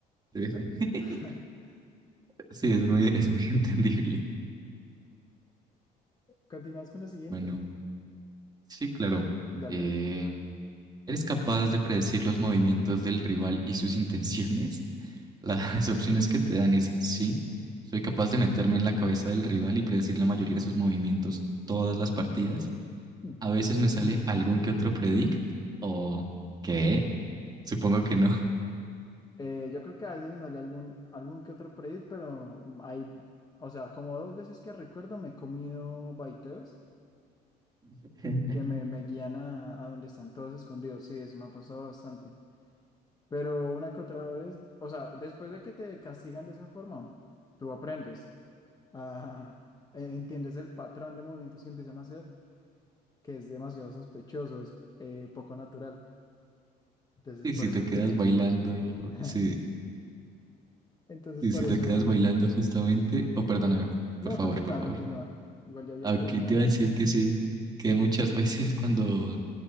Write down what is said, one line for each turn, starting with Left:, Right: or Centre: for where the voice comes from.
Right: <laughs>
Left: <laughs>
Right: Sí, es muy, es muy <laughs> entendible.
Left: Continúas con la siguiente.
Right: Bueno, sí, claro.
Left: Dale.
Right: Eh, ¿Eres capaz de predecir los movimientos del rival y sus intenciones? Las <laughs> opciones que te dan es sí, soy capaz de meterme en la cabeza del rival y predecir la mayoría de sus movimientos todas las partidas.
Left: dale.
Right: A veces me sale
Left: <laughs>
Right: algún que otro predict o qué, supongo que no.
Left: Eh, yo creo que a veces me sale algún, algún que otro predit pero hay, o sea, como dos veces que recuerdo me he comido baiteos
Right: <laughs>
Left: que me, me guían a, a donde están todos escondidos. Sí, eso me ha pasado bastante. Pero una que otra vez, o sea, después de que te castigan de esa forma, tú aprendes a, <laughs> eh, entiendes el patrón de movimientos que empiezan a hacer, que es demasiado sospechoso, es eh, poco natural. Entonces,
Right: Y
Left: por
Right: si
Left: eso
Right: te quedas
Left: que,
Right: bailando,
Left: <laughs>
Right: sí,
Left: entonces,
Right: y
Left: por
Right: si te
Left: eso.
Right: quedas bailando justamente, o perdóname, por
Left: No,
Right: favor,
Left: continúa,
Right: por favor.
Left: continúa. Igual ya había
Right: Aquí
Left: terminado.
Right: te iba a decir que sí, que muchas <laughs> veces cuando